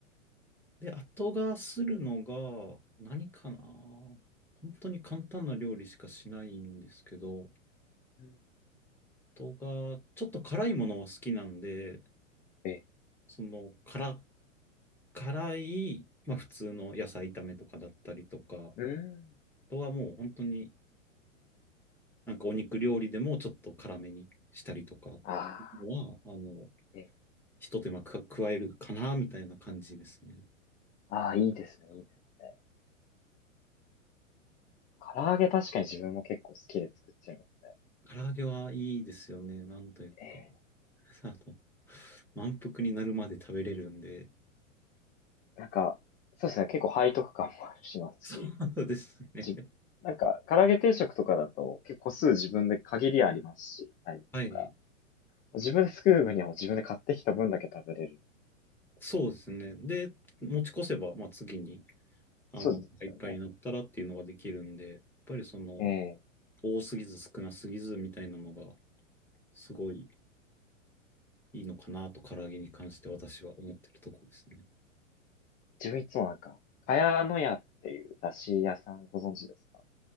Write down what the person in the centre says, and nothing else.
で、後がするのが何かな。本当に簡単な料理しかしないんですけど、
後がちょっと辛いものは好きなんで、
その辛、辛い、まあ普通の野菜炒めとかだったりとか、
あとはもう本当になんかお肉料理でもちょっと辛めにしたりとかっていうのは、
あの、
ひと手間か加えるかな、みたいな感じですね。
唐揚げはいいですよね。なんというか。
<laughs> あの、満腹になるまで食べれるんで。
そうですね。
はい。
そうですね。で、持ち越せば、まあ、次に、あの、
いっぱいになったらっていうのができるんで、やっぱりその、
多すぎず少なすぎずみたいなのが、すごいいいのかなと、唐揚げに関して私は思ってるところですね。